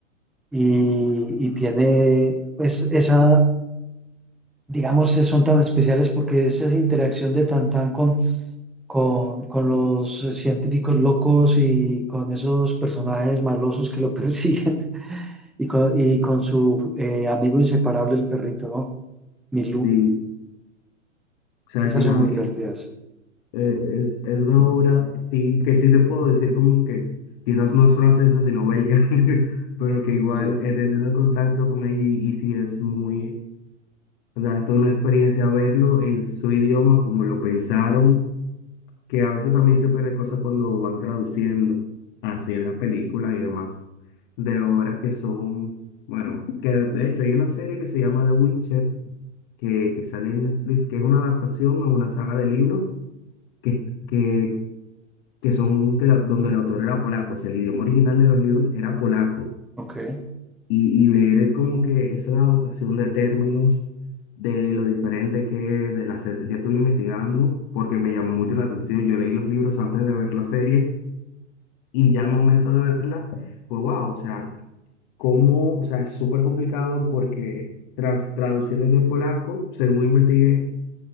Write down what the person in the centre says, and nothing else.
y, y tiene, pues, esa, digamos, eh, son tan especiales porque es esa interacción de Tantán con, con, con los eh, científicos locos y con esos personajes malosos que lo <laughs> persiguen, y con, y con su eh, amigo inseparable, el perrito, ¿no? Milú.
Esas
son muy
divertidas.
Sí,
ok.